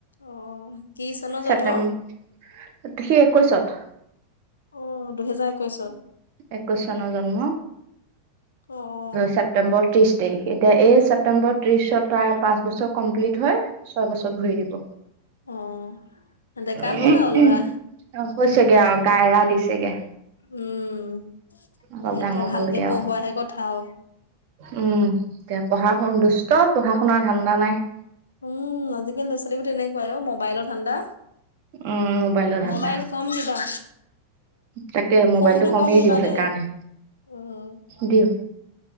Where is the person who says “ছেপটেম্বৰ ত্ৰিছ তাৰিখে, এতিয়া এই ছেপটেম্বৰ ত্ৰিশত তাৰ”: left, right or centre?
Right